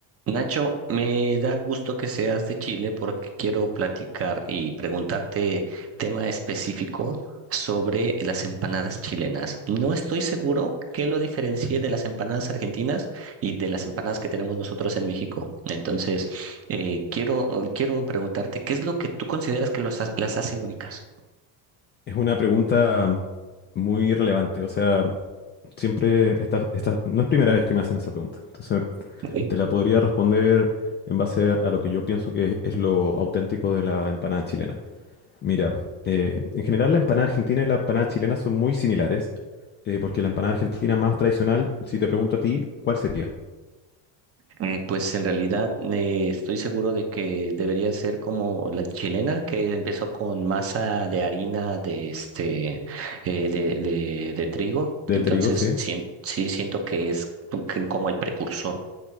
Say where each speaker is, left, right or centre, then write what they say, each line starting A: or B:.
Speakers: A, on the right (about 30°); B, on the left (about 25°).
A: Nacho, me da gusto que seas de Chile porque quiero platicar y preguntarte tema específico sobre las empanadas chilenas. No estoy seguro qué lo diferencie de las empanadas argentinas y de las empanadas que tenemos nosotros en México. Entonces, eh, quiero, quiero preguntarte, ¿qué es lo que tú consideras que los ha- las hace únicas?
B: Es una pregunta muy relevante. O sea, siempre esta, esta- no es primera vez que me hacen esa pregunta. Entonces,
A: Ok.
B: te la podría responder en base a, lo que yo pienso que es lo auténtico de la empanada chilena. Mira, eh, en general la empanada argentina y la empanada chilena son muy similares, eh, porque la empanada argentina más tradicional, si te pregunto a ti, ¿cuál sería?
A: Eh, pues en realidad eh, estoy seguro de que debería ser como la chilena que empezó con masa de harina de este eh, de, de- de trigo.
B: De
A: Entonces
B: trigo, sí.
A: sien- sí siento que es que como el precursor.